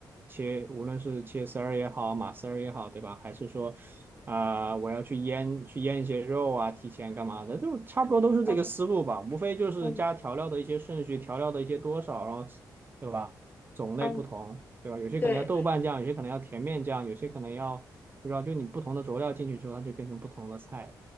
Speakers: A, on the right; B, on the left.
A: 切，无论是切丝儿也好，码丝儿也好，对吧？还是说，啊、我要去腌去腌一些肉啊，提前干嘛的，就差不多都是这个思路吧，
B: 嗯
A: 无非就是加调料的一些顺序，
B: 嗯
A: 调料的一些多少，然后，对吧？种类不同，
B: 嗯，
A: 对吧？有些可能要豆瓣酱，
B: 对，
A: 有些可能要甜面酱，有些可能要不知道，就你不同的佐料进去之后，它就变成不同的菜